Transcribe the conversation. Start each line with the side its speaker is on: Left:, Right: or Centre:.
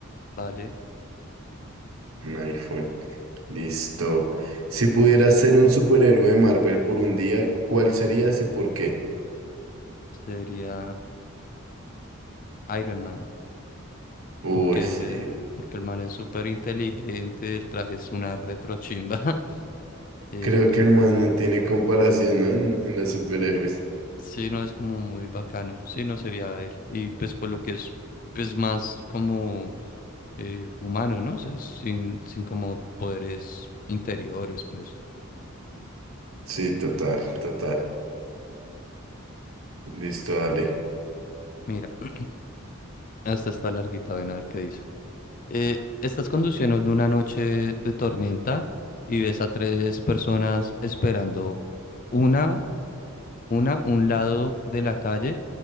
Left: Vale.
Right: Un iPhone. Listo. Si pudieras ser un superhéroe de Marvel por un día, ¿cuál serías y por qué?
Left: sería Iron Man,
Right: Uy,
Left: porque,
Right: sí.
Left: porque el man es súper inteligente, el traje es una retrochimba. <laughs> Eh,
Right: Creo
Left: como,
Right: que el man no tiene comparación, ¿no? En, en los superhéroes.
Left: sí, no, es como muy bacano. Sí, no sería él. Y pues por lo que es pues más como eh, humano, ¿no? O sea, sin, sin como poderes interiores, pues.
Right: Sí, total, total. Listo, dale.
Left: Mira, <clears throat> hasta está larguita, ven a ver qué dice. Eh, estás conduciendo en una noche de tormenta y ves a tres personas esperando una Una, un lado de la calle